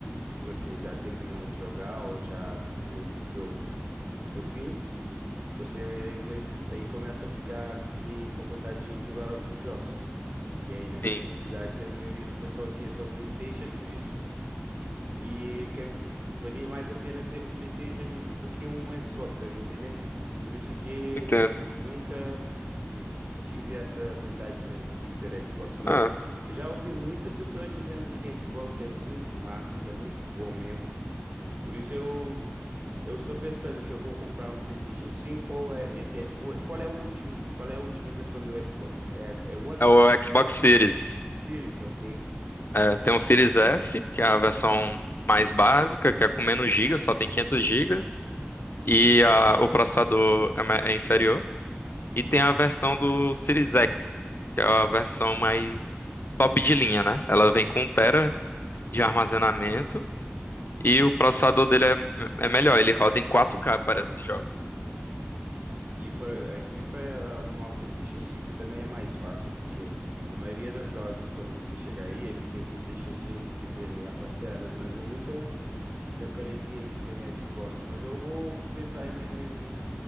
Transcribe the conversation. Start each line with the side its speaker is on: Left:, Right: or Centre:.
Right: e você já terminou de jogar ou já deu o jogo no fim, você aí, aí começa a ficar e com vontade de jogar outros jogos. E aí, na minha
Left: Sim,
Right: comunidade, a maioria do pessoal tinha só PlayStation, por isso e que valia mais a pena ter um PlayStation do, do que um Xbox, tá entendendo? Por isso que
Left: entendo.
Right: nunca tive essa vontade mesmo de ter Xbox, mas
Left: Ah,
Right: eu já ouvi muitas pessoas dizendo que Xbox é muito massa, que é muito bom mesmo. Por isso eu eu estou pensando se eu vou comprar um PlayStation cinco ou é esse é, o- qual é o último? Qual é a última versão do Xbox? É é One
Left: é
Right: ou
Left: o
Right: é
Left: Xbox Series.
Right: Series, ok?
Left: É, tem
Right: É.
Left: o Series S, que é a versão mais básica, que é com menos
Right: hum.
Left: gigas, só tem 500 gigas. E a- o processador é, ma- é inferior. E tem a versão do Series X, que é a versão mais top de linha, né? Ela vem com um tera de armazenamento e o processador dele é, é melhor, ele roda em 4K para esses jogos.
Right: E pra, aqui para arrumar um PlayStation cinco também é mais fácil, porque a maioria das lojas, quando você chegar aí, eles têm PlayStation cinco que vendem a parcelas, mas eu nunca reparei se eles têm Xbox. Mas eu vou pensar mesmo em,